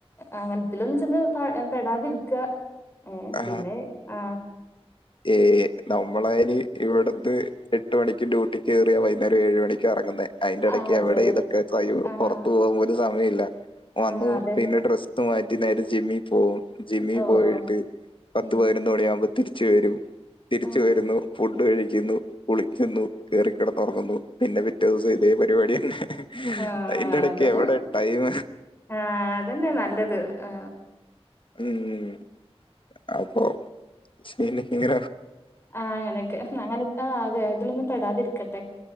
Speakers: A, on the left (about 25°); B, on the left (about 55°).
A: അങ്ങ്ൻത് ലൊന്നും ചെന്ന് പാ പെടാതിര്ക്കാ ഏ
B: ആ
A: പിന്നെ ആ
B: ഏ നമ്മളയ്ന് ഇവിട് ന്ന് എട്ട് മണിക്ക് ഡ്യൂട്ടിക്കേറിയ വൈന്നേരം ഏഴ് മണി ക്കറെങ്ങ്ന്നേ അയ്ന്റെടക്ക്
A: ആ അതെല്ലെ
B: എവടെ ഇതൊക്കെ തൈമ്
A: ആഹ്
B: പാെറത്ത് പോവാം പോലും സമ പോയില്ല വന്നു
A: ആഹ് അതെ
B: പിന്നെ ഡ്രസ്സ്‌ ത്ത് മാറ്റി നേരെ ജിമ്മി പോവും ജിമ്മി
A: ഓ
B: പോയിട്ട്
A: ഓ
B: പത്ത്
A: ഉം
B: പതിനൊന്ന് മണിയാമ്പോ തി ച്ച് വരൂ തിരിച്ചു
A: ആഹ്
B: വരുന്നു ഫു ഡ് കഴിക്കുന്നു കുളിക്കുന്നു കേറിക്കെടന്നൊറങ്ങുന്നു പിന്നെ പിറ്റേ ദിവസം ഇതേ പരിപാടി തന്നെ
A: ആ
B: അതിന്റെ ഇടയ്ക്ക്
A: അതന്നെ
B: എവിടെ ടൈം
A: ആ അതന്നെ നല്ലത് ആ
B: ഉം അപ്പൊ <unintelligible>
A: ആ അങ്ങനക്കെ അങ്ങനെ ആ അതെ അതിലൊന്നും പെടാതിരിക്കട്ടെ